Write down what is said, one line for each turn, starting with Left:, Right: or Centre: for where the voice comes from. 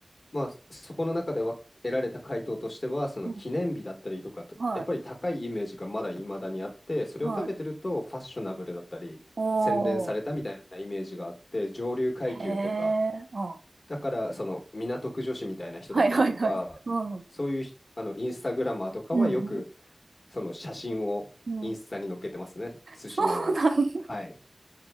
Left: まあ、そそこの中では得られた回答としては、その記念日だったりとかと、
Right: うん。はい。
Left: やっぱり高いイメージがまだ未だにあって、それを食べてるとファッショナブルだったり、
Right: はい。おー。
Left: 洗練されたみたいなイメージがあって、上流階級とか、
Right: へえ。あ。
Left: だからその港区女子みたいな人だったりとか、
Right: はいはいはい。うん。うん。
Left: そういうひあのインスタグラマーとかはよく
Right: う
Left: その写真をインスタに載っけてますね、
Right: ん。うん
Left: 寿司の。
Right: そうなんだ。
Left: はい。